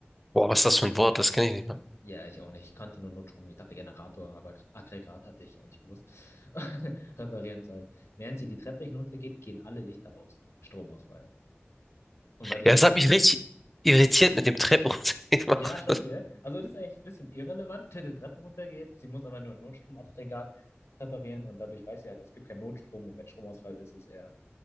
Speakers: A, in the centre; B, on the left.
A: Boah, was ist das für ein Wort? Das kenne ich nicht mal.
B: Ja, ich auch nicht. Ich kannte nur Notstrom. Ich dachte Generator, aber Aggregat hatte ich auch nicht gewusst. <laughs> Reparieren soll. Während sie die Treppe hinuntergeht, gehen alle Lichter aus. Stromausfall. Und weil die
A: Ja,
B: halt
A: es hat
B: auch
A: mich richtig irritiert mit dem Treppe <laughs> runtergemacht.
B: Ja, schon, gell? Also das ist eigentlich ein bisschen irrelevant, <laughs> wenn die Treppen runtergeht. Sie muss aber nur ein Notstromaggregat reparieren und dadurch weiß sie halt, es gibt keinen Notstrom und wenn Stromausfall ist, ist er,